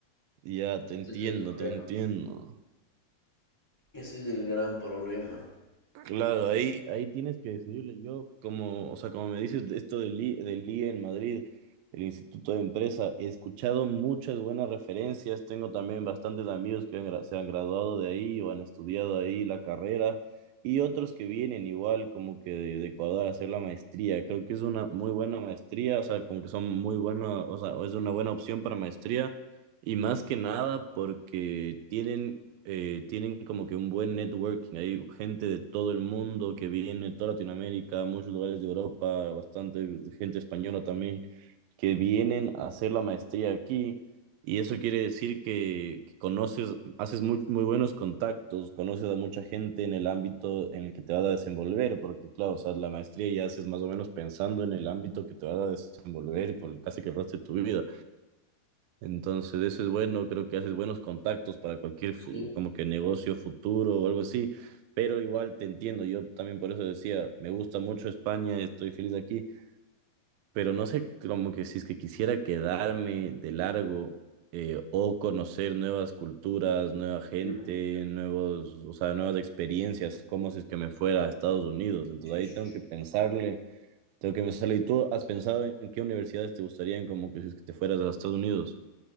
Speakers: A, on the right; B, in the centre.
A: Ya te entiendo,
B: Ese es el problema.
A: te entiendo.
B: Ese es el gran problema.
A: Claro, ahí, ahí tienes que decidirle. Yo, como, o sea, como me dices de esto del I, del IE en Madrid, el Instituto de Empresa, he escuchado muchas buenas referencias. Tengo también bastantes amigos que han gra- se han graduado de ahí o han estudiado ahí la carrera y otros que vienen igual como que de, de Ecuador a hacer la maestría. Creo que es una muy buena maestría, o sea, como que son muy buenas, o sea, es una buena opción para maestría y más que nada porque tienen eh, tienen como que un buen networking. Hay gente de todo el mundo que viene, toda Latinoamérica, muchos lugares de Europa, bastante gente española también, que vienen a hacer la maestría aquí. Y eso quiere decir que, que conoces, haces muy, muy buenos contactos, conoces a mucha gente en el ámbito en el que te vas a desenvolver, porque claro, o sea, la maestría ya haces más o menos pensando en el ámbito que te vas a desenvolver por casi que el resto de tu vida. Entonces, eso es bueno, creo que haces buenos contactos para cualquier fu-
B: Sí.
A: como que negocio futuro o algo así, pero igual te entiendo, yo también por eso decía, me gusta mucho España, estoy feliz aquí, pero no sé como que si es que quisiera quedarme de largo eh, o conocer nuevas culturas, nueva gente,
B: Sí,
A: nuevos, o sea, nuevas experiencias, como si es que me fuera a Estados Unidos, entonces
B: sí,
A: ahí
B: sí.
A: tengo que pensarle, tengo que pensarle, ¿y tú has pensado en qué universidades te gustarían como que si es que te fueras a Estados Unidos?